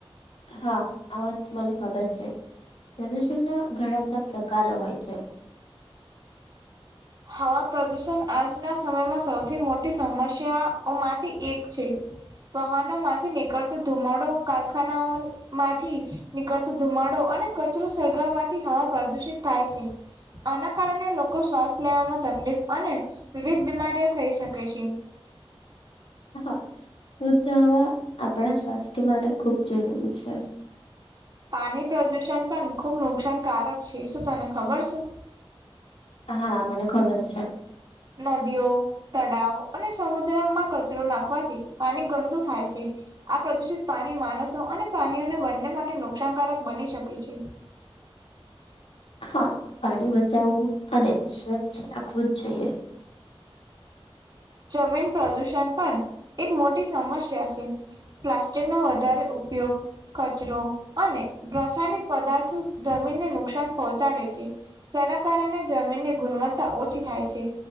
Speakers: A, on the left; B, on the right.
A: હા આ વસ્તુ મને ખબર છે પ્રદૂષણના ઘણા બધા પ્રકારો હોય છે.
B: હવા પ્રદુષણ આજના સમયમાં સૌથી મોટી સમસ્યાઓ માંથી એક છે. વાહનો માંથી નીકળતો ધુમડો કારખાના ઓ ન માંથી નીકળતો ધુમાડો અને કચરો સળગાવવાથી હવા પ્રદુષિત થાય છે. આના કારણે લોકો શ્વાસ લેવામાં તકલીફ અને વિવિધ બીમારીઓ થઈ શકે છે.
A: હા શુદ્ધ હવા આપણા સ્વાસ્થ્ય માટે ખૂબ જરૂરી છે.
B: પાણી પ્રદુષણ પણ ખુબ નુકસાનકારક છે શું તને ખબર છે?
A: હા મને ખબર છે.
B: નદીઓ તળાવ અને સમુદ્રમાં કચરો નાખવાથી પાણી ગંદુ થાય છે. આ પ્રદુષિત પાણી માણસો અને પ્રણીઓને બંને માટે નુકસાનકારક બની શકે છે.
A: હા પાણી બચાવવું અને સ્વચ્છ રાખવું જ જોઈએ.
B: જમીન પ્રદૂષણ પણ એક મોટી સમસ્યા છે. પ્લાસ્ટિકનો વધારે ઉપયોગ. કચરો અને રાસાયણિક પદાર્થો જમીનને નુકસાન પહોંચાડે છે. જેના કારણે જમીનની ગુણવત્તા ઓછી થાય છે